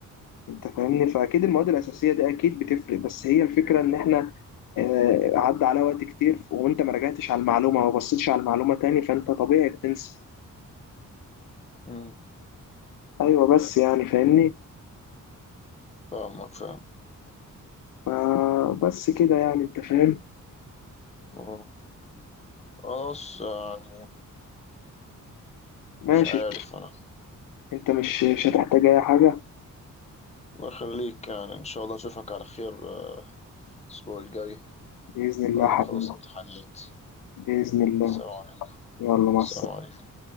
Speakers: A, on the left; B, on the left.
A: انت فاهمني فاكيد المواد الاساسيه دي اكيد بتفرق بس هي الفكره ان احنا آه، عدى على وقت كتير وانت ما رجعتش على المعلومه ما بصيتش على المعلومه تاني فانت طبيعي بتنسى
B: أمم.
A: ايوه بس يعني فاهمني
B: فاهمك فاهم
A: ف- بس كده يعني انت فاهم
B: آه. خلاص يعني
A: ماشي
B: مش عارف انا
A: انت مش مش هتحتاج اي حاجه
B: الله يخليك يعني ان شاء الله اشوفك على خير آه، الاسبوع الجاي
A: باذن الله
B: بعد
A: حبيبي
B: ما نخلص امتحانات
A: باذن الله
B: سلام عليكم
A: يلا مع
B: سلام
A: السلامه
B: عليكم